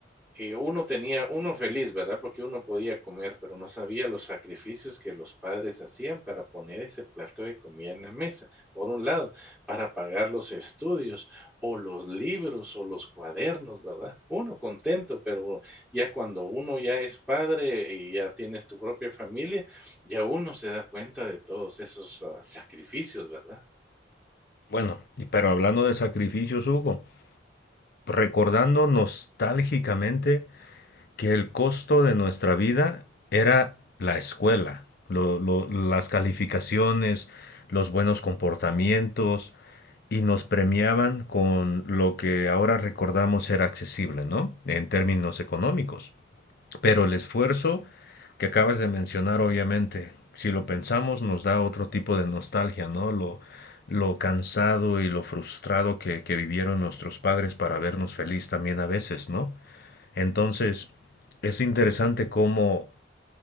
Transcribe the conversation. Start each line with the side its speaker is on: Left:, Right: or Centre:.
Centre: eh, uno tenía, uno feliz, ¿verdad? Porque uno podía comer, pero no sabía los sacrificios que los padres hacían para poner ese plato de comida en la mesa, por un lado, para pagar los estudios o los libros o los cuadernos, ¿verdad? Uno contento, pero ya cuando uno ya es padre y ya tienes tu propia familia, ya uno se da cuenta de todos esos ah, sacrificios, ¿verdad?
Left: Bueno, y pero hablando de sacrificios, Hugo, recordando nostálgicamente que el costo de nuestra vida era la escuela, lo- lo- las calificaciones, los buenos comportamientos y nos premiaban con lo que ahora recordamos ser accesible, ¿no? En términos económicos. Pero el esfuerzo que acabas de mencionar, obviamente, si lo pensamos, nos da otro tipo de nostalgia, ¿no? Lo, lo cansado y lo frustrado que, que vivieron nuestros padres para vernos feliz también a veces, ¿no? Entonces, es interesante cómo,